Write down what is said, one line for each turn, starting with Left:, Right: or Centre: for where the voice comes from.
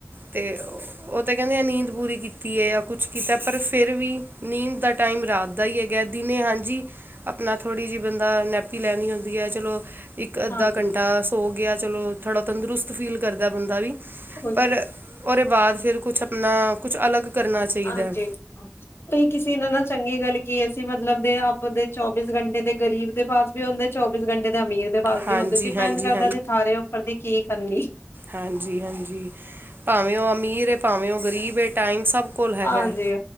Right: ਤੇ ਤੇ ਕਹਿੰਦੇ ਆ ਨੀਂਦ ਪੂਰੀ ਕੀਤੀ ਹੈ। ਜਾਂ ਆ ਕੁਛ ਕੀਤਾ ਪਰ ਫਿਰ ਵੀ ਨੀਂਦ ਦਾ ਟਾਈਮ ਰਾਤ ਦਾ ਹੀ ਹੈਗਾ ਦਿਨੇ ਹਾਂਜੀ ਆਪਣਾ ਥੋੜ੍ਹੀ ਜਿਹੀ ਬੰਦਾ ਨੈਪੀ ਲੈਣੀ ਹੁੰਦੀ ਹੈ। ਚਲੋ ਇੱਕ ਅੱਧਾ
Left: ਹਾਂਜੀ
Right: ਘੰਟਾ ਸੋ ਗਿਆ। ਚਲੋ ਥੋੜ੍ਹਾ ਤੰਦਰੁਸਤ ਫੀਲ ਕਰਦਾ ਬੰਦਾ ਵੀ
Left: ਉਹੀ
Right: ਪਰ ਉਹਦੇ ਬਾਅਦ ਫਿਰ ਕੁੱਛ ਆਪਣਾ ਕੁੱਛ ਅਲੱਗ ਕਰਨਾ ਚਾਹੀਦਾ
Left: ਹਾਂਜੀ।
Right: ਹੈ
Left: ਤੁਸੀ ਕਿਸੇ ਨ ਨਾਲ ਚੰਗੀ ਗੱਲ ਕੀ ਹੈ। ਸੀ ਮਤਲਬ ਦੇ ਆਪਦੇ ਚੌਬੀਸ ਘੰਟੇ ਦੇ ਗਰੀਬ ਦੇ ਪਾਸ ਵੀ ਹੁੰਦੇ ਚੌਬੀਸ ਘੰਟੇ ਦੇ ਅਮੀਰ ਪਾਸ
Right: ਹਾਂਜੀ
Left: ਵੀ ਹੁੰਦੇ। ਦੀਪੈਂਡ
Right: ਹਾਂਜੀ
Left: ਕਰਦਾ ਧਾਰੇ ਉਪਰ ਵੀ ਕੀ ਹਾਂਜੀ।
Right: ਹਾਂਜੀ-ਹਾਂਜੀ। ਭਾਵੇਂ ਉਹ ਅਮੀਰ ਭਾਵੇਂ ਉਹ ਗਰੀਬ ਏ। ਟਾਈਮ ਸਭ ਕੋਲ ਹੈਗਾ
Left: ਹਾਂਜੀ,